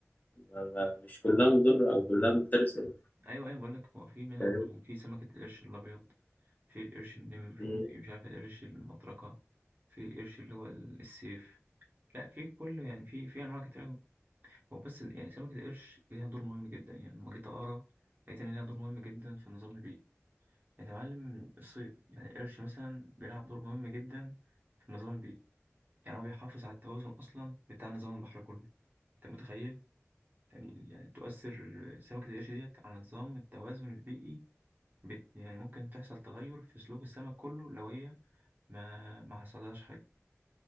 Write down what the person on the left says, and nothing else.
ما- ما- مش كلها مضرة أو كلها مفترسة
فاهم؟
مم.